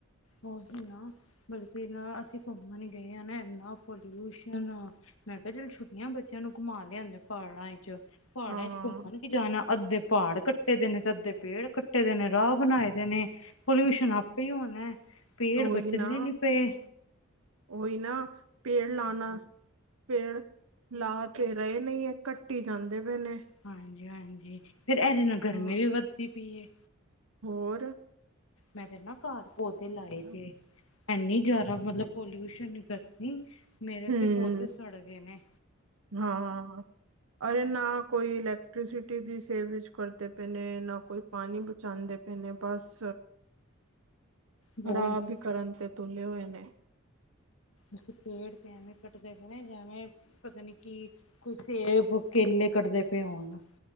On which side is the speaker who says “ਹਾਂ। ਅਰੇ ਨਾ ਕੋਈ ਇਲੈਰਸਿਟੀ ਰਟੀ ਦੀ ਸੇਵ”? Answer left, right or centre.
Right